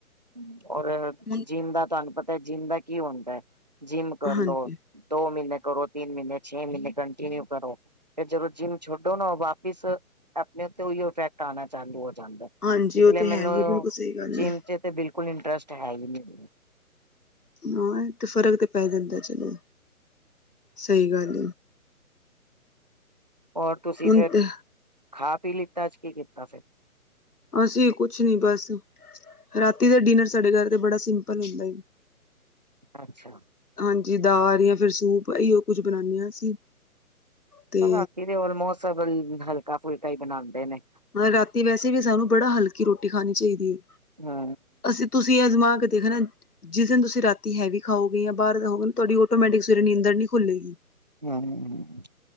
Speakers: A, on the right; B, on the left.
A: ਹ ਔਰ-
B: ਹੁਨ-
A: ਜਿਮ ਦਾ ਤੁਹਾਨੂੰ ਪਤਾ ਹੈ। ਜਿਮ ਦਾ ਕੀ ਹੁੰਦਾ ਹ ਜਿਮ ਕਰਲੋ
B: ਹਾਂਜੀ
A: ਦੋ ਮਹੀਨੇ ਕਰੋ ਤਿੰਨ ਮਹੀਨੇਛੇ ਮਹੀਨੇ ਕੰਟੀਿਨਿਊ ਕਰੋ ਫਿਰ ਜਦੋਂ ਜਿਮ ਛਡੋ ਨਾ ਉਹ ਵਾਪਿਸ ਆਪਣੇ ਉਤੇ ਉਹੀ ਇਫੈਕਟ ਆਉਣਾ ਚਾਲੂ ਹੋ ਜਾਦਾ
B: ਹਾਂਜੀ
A: ਇਸ
B: ਉਹ
A: ਲਈ
B: ਤੇ
A: ਮੈਨੂੰ
B: ਹੈ ਹੀ ਬਿਲਕੁਲ ਸਹੀ ਗੱਲ
A: ਜਿਮ
B: ਹੈ
A: ਚ ਤੇ ਬਿਲਕੁਲ ਇੰਟਰਸਟ ਹੈ। ਹੀ ਮ
B: ਹਾਂ ਤੇ ਫ਼ਰਕ ਤੇ ਪੈ ਜਾਂਦਾ ਚਲੋ ਸਹੀ ਗੱਲ
A: ਔਰ ਤੁਸੀ
B: ਹੁਣ
A: ਫੇਰ
B: ਤੇ
A: ਖਾ ਪੀ ਲਿਤਾ ਕੀ ਕੀਤਾ ਫਿਰ
B: ਅਸੀਂ ਕੁਛ ਨੀ ਬਸ ਰਾਤੀ ਦੇ ਡਿਨਰ ਸਾਡੇ ਘਰ ਤੇ ਬੜਾ ਸਿੰਪਲ ਹੁੰਦਾ ਹੈ।
A: ਅੱਛਾ,
B: ਹਾਂਜੀ ਦਾਲ ਜਾਂ ਫਿਰ ਸੂਪ ਇਹੀ ਉਹ ਕੁੱਝ ਬਣਾਦੇ ਹਾਂ ਅਸੀਂ, ਤੇ
A: ਰਾਤੀ ਦੇ ਆਲਮੋਸਟ ਹਲਕਾ ਫੁਲਕਾ ਹੀ ਬਣਾਉਂਦੇ ਨੇ,
B: ਰਾਤੀ ਵੈਸੇ ਵੀ ਸਾਨੂੰ ਬੜਾ ਹਲਕੀ ਰੋਟੀ ਖਾਣੀ ਚਾਹੀਦੀ ਹੈ।
A: ਹਾ
B: ਅਸੀਂ ਤੁਸੀਂ ਆਜ਼ਮਾ ਕੇ ਦੇਖਣਾ, ਤੁ ਜਿਸ ਦਿਨ ਤੁਸੀਂ ਰਾਤੀ ਹੈਵੀ ਖਾਓਗੇ, ਜਾਂ ਬਾਹਰ ਖਾਓਗੇ ਨਾ, ਤੁਹਾਡੀ ਆਟੋਮੈਟਿਕ ਸਵੇਰੇ ਨੀਂਦਰ ਨਹੀਂ ਖੂਲੇਗੀ।
A: ਹੂੰ,